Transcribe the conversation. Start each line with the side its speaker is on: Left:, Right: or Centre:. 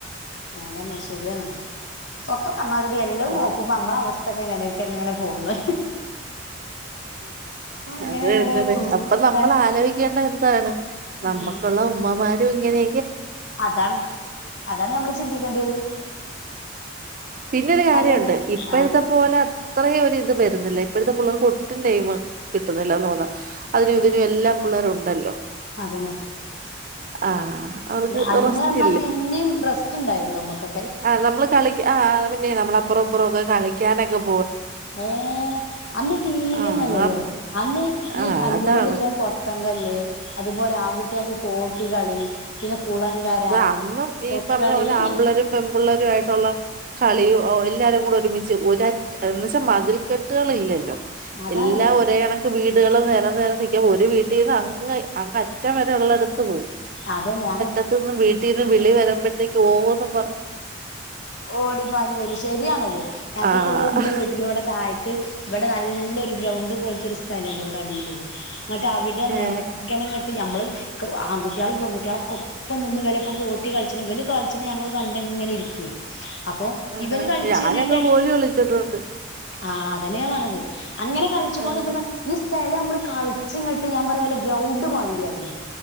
Left: അതന്നെ ശരിയാണ്, ഒക്കെ നന്നാഗതി എല്ലാം
Right: ആഹ്
Left: നോക്കുമ്പോൾ നമ്മൾ അങ്ങ് അതൊക്കെ ഇങ്ങനെയൊക്കെ ഇങ്ങനെ പോന്ന് അങ്ങനെ
Right: അത്
Left: അങ്ങനെ
Right: തന്നെടെ,
Left: പോകും
Right: അപ്പം നമ്മൾ
Left: ല്ലേ
Right: ആലോചിക്കേണ്ട എന്താണ്? നമക്കൊള്ള
Left: ഉം
Right: ഉമ്മമാര് ഇങ്ങനെ
Left: അതാണ്, അതാ നമ്മള് ഇഷ് ചിന്തിക്കണ്ടിയത്
Right: പിന്നൊരു കാര്യം
Left: നമ്മള്
Right: ഉണ്ട് ഇപ്പോഴത്തെ
Left: ആ
Right: പോലെ അത്രയും ഒരു ഇതു വരുന്നില്ല, ഇപ്പോഴത്തെ പിള്ളേർക്ക് ഒട്ടും ടൈമ കിട്ടുന്നില്ല എന്ന് തോന്ന്, അതിന് ഇതിനെല്ലാം പിള്ളേരുണ്ടല്ലോ
Left: അത് തന്നെ,
Right: ആഹ് അവർക്ക്
Left: അന്നെന്ന്
Right: റെസ്റ്റ്
Left: പറഞ്ഞാ പിന്നെയും റസ്റ്റ് ഉണ്ടായിരുന്നു നമുക്ക്
Right: നമ്മൾ കളിക്കാ, ആ, ആ പിന്നെ നമ്മൾ അപ്പുറമൊക്കെ ഞാനെങ്ങും
Left: ഏ അന്ന് ടിവി
Right: ആഹ്
Left: ഒന്നുമല്ലല്ലോ അന്ന് ഈ
Right: ആഹ്
Left: കല്ലൊണ്ടല്ല
Right: അതാണ്
Left: കൊതകല്ല് അത് പോലെ ആങ്കുട്ടിയാക് കോട്ടികളി പിന്നെ കുളങ്കര
Right: അന്ന് ഈ
Left: കൊക്കളി
Right: പറഞ്ഞപോലെ അൻപിള്ളേറരും പെൺപിള്ളേരും ട്ടോള കളിയും എല്ലാവരും കൂടി ഒരുമിച്ച് ഒരൊറ്റ മതിൽ കെട്ടുകൾ ഇല്ലല്ലോ
Left: അതാണ്
Right: എല്ലാം ഒരേ വീടുകൾ വേണം ഒരു വീട്ടിന്നങ്ങനെ അങ്ങ് അറ്റം വരെ ഉള്ളിടത്ത് പോകും
Left: അതന്നെ അങ്ങ
Right: എന്നിട്ട് വീട്ടിന്ന് വിളി വരുമ്പോഴേക്കും ഓടും
Left: ഓടി പാഞ്ഞു വരും ശരിയാണത്.
Right: ആഹ്
Left: ഇൻ്റെ വീടിൻ്റെ വിട് താഴത്ത് ഇവിടെ നല്ല നല്ല ഗ്രൗണ്ട് പോലത്തെ സ്ഥലൻഡ് ഇവിടെ അഡീൽ നട്ട് അവടെ നേരക്കാനെ
Right: ഏഹ്
Left: ഞമ്മൾ ആൺകുട്ടികളും പെൺകുട്ടികളും ഒപ്പം നിന്ന് ഇവളൊപ്പോ കോട്ടി കളിക്കുന്നത് ഇവർ കളിക്കണെ കണ്ടിങ്ങനെ ഇരിക്കുവേ അപ്പൊ
Right: ഏഹ്
Left: ഇവർ കളിച്ച്നെൻ്റെ
Right: ഞാനൊക്കെ
Left: ഇടയിൽ
Right: ഗോലി കളിച്ചിട്ടുണ്ട്
Left: അതന്നെ പറഞ്ഞത് ഈ കളിച്ചിട്ടിരിക്കുമ്പോ
Right: ആഹ്
Left: ഈ സ്ഥലം കാളിച്ചിങ്ങാട്ട് വല്ല ഗ്രൗണ്ട് മാതിരിയായിൻ